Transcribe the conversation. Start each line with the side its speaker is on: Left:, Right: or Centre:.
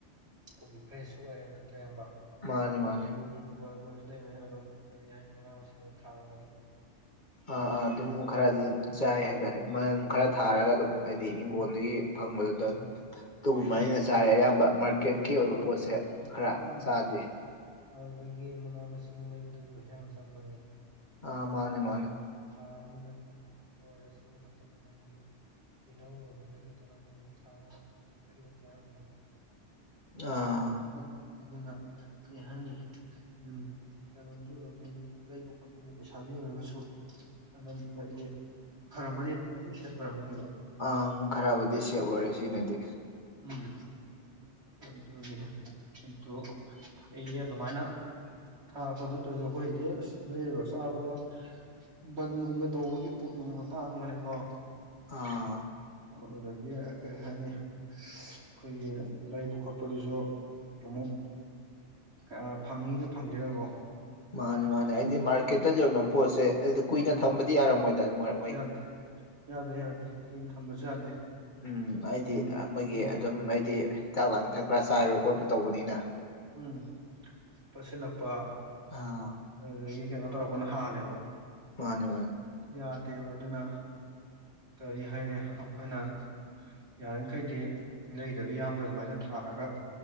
Right: ꯑꯩꯈꯣꯏꯒꯤ ꯐ꯭ꯔꯦꯁꯁꯨ ꯑꯣꯏꯔꯦ ꯅꯠꯇ꯭ꯔ ꯏꯌꯥꯝꯕ
Left: ꯃꯥꯅꯦ ꯃꯥꯅꯦ
Right: ꯏꯌꯥꯝꯕꯣꯏꯗꯤ ꯍꯤꯡꯒꯣꯜ ꯍꯪꯒꯣꯜꯁꯨ ꯂꯩꯕꯅꯤ ꯑꯗꯨꯝ ꯀꯔꯤ ꯍꯥꯏꯅꯤ ꯃꯅꯥ ꯃꯁꯤꯡ ꯑꯗꯨꯝ ꯊꯥꯔꯝꯒꯅꯤ
Left: ꯑꯥ ꯑꯥ ꯑꯗꯨꯝ ꯈꯔꯗꯤ ꯑꯗꯨꯝ ꯆꯥꯏ ꯍꯥꯏꯇꯥꯔꯦ ꯃꯅꯜ ꯈꯔ ꯊꯥꯔꯒ ꯑꯗꯨꯝ ꯍꯥꯏꯗꯤ ꯏꯪꯒꯣꯟꯜꯗꯒꯤ
Right: ꯎꯝ
Left: ꯐꯪꯕꯗꯨꯗ ꯑꯗꯨꯝ ꯑꯗꯨꯒꯨꯝꯕ
Right: ꯎꯝ
Left: ꯑꯩꯅ ꯆꯥꯔꯦ ꯑꯌꯥꯝꯕ ꯃꯥꯔꯀꯦꯠꯀꯤ ꯑꯣꯏꯕ ꯄꯣꯠꯁꯦ ꯈꯔ
Right: ꯎꯝ
Left: ꯆꯥꯗꯦ
Right: ꯑꯗꯨꯗꯒꯤ ꯃꯅꯥ ꯃꯁꯤꯡ ꯂꯩꯕꯗꯁꯨ ꯄꯩꯁꯥ ꯌꯥꯝ ꯆꯪꯕꯅꯤ
Left: ꯑꯥ
Right: ꯑꯗꯨ
Left: ꯃꯥꯅꯦ
Right: ꯏꯌꯥꯝꯕ
Left: ꯃꯥꯅꯦ
Right: ꯍꯣꯏꯗꯤ ꯊꯥꯔꯝꯅꯤꯅ ꯂꯣꯏꯔꯁꯨ ꯃꯇꯝ ꯃꯇꯝꯒꯤ ꯇꯤꯜꯍꯧ ꯑꯗꯨꯗꯒꯤ ꯆꯅꯝꯗ ꯑꯣꯏꯁꯨ ꯊꯥꯔꯒ ꯑꯗꯨꯗꯒꯤ ꯑꯗꯨꯝ ꯆꯥꯔꯝꯃꯅꯤ
Left: ꯑꯥ
Right: <unintelligible> ꯑꯗꯨꯅ ꯀꯔꯤ ꯍꯥꯏꯅꯤ ꯎꯝ ꯀꯩꯅꯣꯗꯁꯨ ꯑꯗꯨꯝ ꯍꯥꯏꯗꯤ ꯂꯩꯕ ꯈꯣꯠꯄꯒꯤ ꯄꯩꯁꯥꯒꯤ ꯑꯣꯏꯔꯒꯁꯨ ꯑꯗꯨꯝ ꯍꯥꯏꯗꯤ ꯐꯔꯝꯃꯅꯤꯕ ꯈꯤꯇꯪꯗꯤ ꯁꯦꯚ ꯑꯣꯏꯔꯝꯒꯅꯤꯕ
Left: ꯑꯪ ꯈꯔꯕꯨꯗꯤ ꯁꯦꯞ ꯑꯣꯏꯔꯦ ꯁꯤꯃꯗꯤ
Right: ꯎꯝ ꯑꯗꯨꯅꯤ ꯑꯗꯨ ꯐꯩꯌꯦ ꯑꯗꯨꯃꯥꯏꯅ ꯊꯥꯄꯗ ꯇꯧꯏꯗꯣ ꯈꯣꯏꯗꯤ ꯑꯁ ꯂꯩꯔꯒ ꯆꯥꯕꯗ ꯕꯟ ꯅꯨꯡꯒ ꯇꯧꯕꯒꯤ ꯄꯣꯠ ꯅꯨꯡꯒ ꯇꯥꯡꯕꯅꯦꯀꯣ
Left: ꯑꯥ
Right: ꯑꯗꯨꯗꯒꯤ ꯀꯔꯤ ꯍꯥꯏꯅꯤ ꯑꯩꯈꯣꯏꯒꯤ ꯂꯩꯕ ꯈꯣꯠꯄꯗꯨꯁꯨ ꯑꯃꯨꯛ ꯑ ꯐꯪꯉꯤꯒ ꯐꯪꯗꯦꯒ ꯀꯣ
Left: ꯃꯥꯅꯦ ꯃꯥꯅꯦ ꯑꯩꯗꯤ ꯃꯥꯔꯀꯦꯠꯇ ꯌꯣꯟꯕ ꯄꯣꯠꯁꯦ ꯑꯩ ꯀꯨꯏꯅ
Right: ꯎꯝ
Left: ꯊꯝꯕꯗꯤ ꯌꯥꯔꯝꯃꯣꯏꯗ ꯃꯣꯏ
Right: ꯌꯥꯗꯦ ꯌꯥꯗꯦ ꯌꯥꯗꯦ ꯀꯨꯏꯅ ꯊꯝꯕꯁꯨ ꯌꯥꯗꯦ
Left: ꯎꯝ ꯍꯥꯏꯗꯤ
Right: ꯑꯗꯨꯝ
Left: ꯑ ꯃꯣꯏꯒꯤ
Right: ꯎꯝ
Left: ꯑꯗꯨꯝ ꯍꯥꯏꯗꯤ ꯍꯤꯗꯥꯛ ꯂꯥꯡꯊꯛ ꯈ꯭ꯔ ꯆꯥꯏꯕ ꯈꯣꯠꯄ ꯇꯧꯕꯅꯤꯅ
Right: ꯎꯝ ꯄꯠꯁꯜꯂꯛꯄ
Left: ꯑꯥ
Right: ꯑꯗꯨꯗꯒꯤ ꯀꯩꯅꯣ ꯇꯧꯔꯛꯄꯅ ꯍꯥꯜꯂꯦꯕ
Left: ꯃꯥꯅꯦ ꯃꯥꯅꯦ
Right: ꯌꯥꯗꯦꯕ ꯑꯗꯨꯅ ꯀꯔꯤ ꯍꯥꯏꯅꯤ ꯑꯈꯣꯏꯅ ꯌꯥꯔꯤꯈꯩꯗꯤ ꯂꯩꯗꯕꯤ ꯏꯌꯥꯝꯕ ꯑꯗꯨꯃꯥꯏꯅ ꯊꯥꯔꯒꯆ